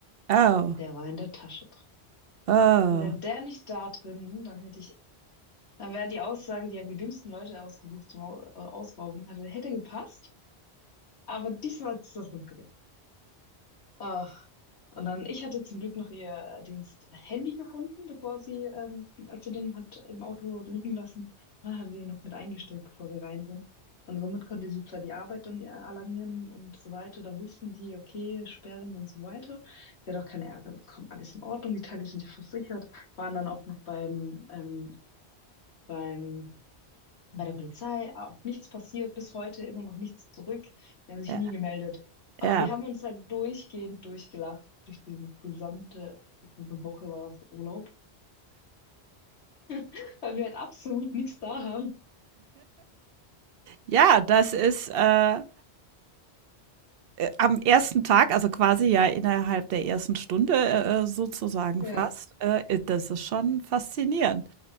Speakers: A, on the right (about 65°); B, on the left (about 80°).
A: Oh,
B: Der war in der Tasche drin.
A: oh.
B: Wäre der nicht da drin, dann hätte ich, dann wäre die Aussage, die haben die dümmsten Leute ausgesucht zum Au- äh, Ausrauben, hatte, hätte gepasst. Aber diesmal hat es das drin Ach, und dann, ich hatte zum Glück noch ihr Diensthandy gefunden, bevor sie, ähm, als sie den hat im Auto liegen lassen, dann hatte sie den noch mit eingestellt, bevor wir rein sind. Und somit konnte sie zwar die Arbeit dann äh, alarmieren und so weiter, da wussten sie, okay, sperren und so weiter. Sie hat auch keinen Ärger bekommen, alles in Ordnung, die Teile sind ja versichert, waren dann auch noch beim, ähm, beim bei der Polizei auch nichts passiert, bis heute immer noch nichts zurück. Die haben sich
A: Ja,
B: nie gemeldet. Aber
A: ja.
B: wir haben uns halt durchgehend durchgelacht durch dieses gesamte, ich glaube, eine Woche war es Urlaub, <laughs> weil wir halt absolut nichts da haben.
A: Ja, das ist äh, am ersten Tag, also quasi ja innerhalb der ersten Stunde äh, äh, sozusagen
B: Ja,
A: fast. Äh, das ist schon faszinierend.